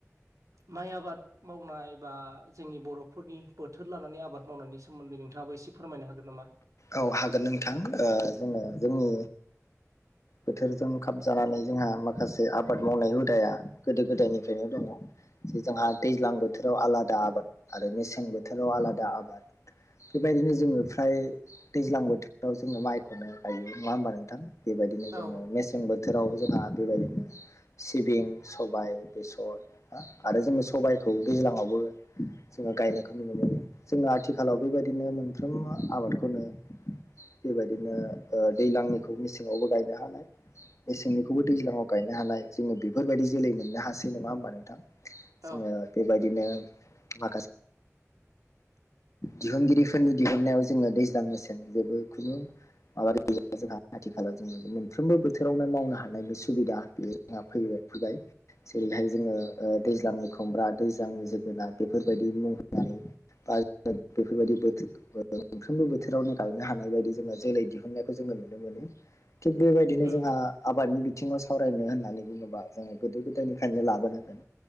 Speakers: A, on the right (about 75°); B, on the left (about 65°).
A: माइ आबाद मावनाय बा जोंनि बर'फोरनि बोथोर लानानै आबाद मावनायनि सोमोन्दै नोंथाङाबो इसि फोरमायनो हागोन नामा?
B: औ हागोन नोंथां ओ जोङो जोंनि बोथोरजों खाब जानानै जोंहा माखासे आबाद मावनाय हुदाया गोदो गोदायनिफ्रायनो दङ जे जोंहा दैज्लां बोथ थोराव आलादा आबाद आरो मेसें बोथोराव आलादा आबाद बेबायदिनो जोङो फ्राय दैज्लां बोथोराव जोङो माइखौनो गायो नङा होमबा नोंथां बेबायदिनो
A: औ
B: जोङो मेसें बोथ थोराव जोंहा बेबायदिनो सिबिं सबाय बेसर आरो जोङो सबाय खौ दैज्लांआवबो जोङो गायनायखौ नुनो मोनो जोङो आथिखालाव बेबायदिनो मोनफ्रोमबो आबाद फोनो बेबायदिनो ओ दैलांनिखौ मेसेङावबो गायनो हानाय मेसेंनिखौबो दैज्लाङाव गायनो हानाय जोङो बेफोरबायाददि जोलै मोननो हासै नङा होमबा नोंथां
A: औ
B: जोङो बेबायदिनो माखासे दिहुनगिरिफोरनि दिहुननायाव जोङो दैज्लां मेसें जेबो खुनु माबा गैया जोंहा आथिखालाव जों मोनफ्रोमबो बोथोरावनो मावनो हानाय बे सुबिदा बेयो जोंहा फैयो फैबाय जेरैहाय जोङो ओ दैज्लांनि खुमब्रा दैज्लांनि जोगोनार बेफोरबायदि मुं होनानै फ्राय बेफोरबायदि बोथोर <unintelligible> मोनफ्रोमबो बोथोरावनो गायनो हानाय बायदि जोङो जोलै दिहुननायखौ जोङो नुनो मोनो <unintelligible> थिग बेबायदिनो
A: उम
B: जोंहा आबादनि बि थिङाव सावरायनो होननानै बुङोबा जोङो गोदो गोदायनिफ्रायनो लाबोनांगोन